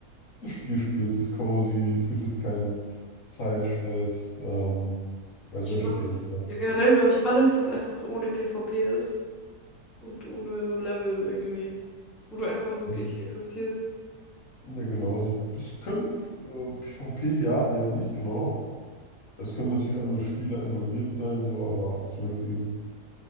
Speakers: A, on the left (about 55°); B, in the centre.
A: das Spiel spielst. Es ist cozy, es gibt jetzt keinen Zeitstress, ähm, ja,
B: Und
A: solche
B: ich finde auch,
A: Games halt.
B: ja, generell glaube ich, alles, was einfach so ohne PvP ist und ohne so Level irgendwie, wo du einfach wirklich
A: Also,
B: existierst.
A: ja, genau. Also, es können äh, PvP, ja, eher nicht, genau. Es können natürlich andere Spieler involviert sein, so, aber zum Beispiel,